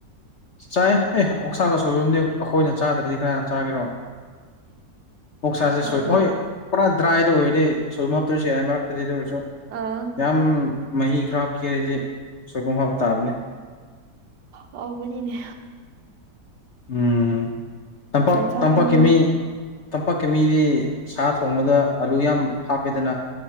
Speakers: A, on the left; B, on the right.
A: ꯆꯥꯏ ꯑꯦ ꯑꯣꯛꯁꯥꯒ ꯁꯣꯏꯕꯨꯝꯒ ꯑꯩꯈꯣꯏꯅ ꯆꯥꯗ꯭ꯔꯗꯤ ꯀꯅꯥꯅ ꯆꯥꯒꯦꯔꯣ ꯑꯣꯛꯁꯥꯁꯦ
B: ꯍꯥꯎꯕꯅꯤ
A: ꯁꯣꯏ ꯍꯣꯏ ꯄꯨꯔꯥ ꯗ꯭ꯔꯥꯏꯗ ꯑꯣꯏꯔꯗꯤ ꯁꯣꯏꯕꯨꯝ ꯍꯥꯞꯇ꯭ꯔꯁꯨ ꯌꯥꯏ ꯃꯔꯛ ꯇꯗꯤꯗ ꯑꯣꯏꯔꯁꯨ
B: ꯑꯥ
A: ꯌꯥꯝ ꯃꯍꯤ ꯈꯔ ꯍꯥꯞꯈꯤꯔꯁꯤ ꯑꯁꯣꯏꯕꯨꯝ ꯍꯥꯞ ꯇꯥꯕꯅꯦ
B: ꯍꯥꯎꯕꯅꯤꯅꯦ
A: ꯎꯝ ꯇꯝꯄꯥꯛ
B: ꯁꯟꯁꯥ
A: ꯇꯝꯄꯥꯛꯀꯤ
B: ꯆꯥꯅꯤꯡꯉꯦ
A: ꯃꯤ ꯇꯝꯄꯥꯛꯀꯤ ꯃꯤꯗꯤ ꯁꯥ ꯊꯣꯡꯕꯗ ꯑꯂꯨ ꯌꯥꯝ ꯍꯥꯞꯄꯦꯗꯅ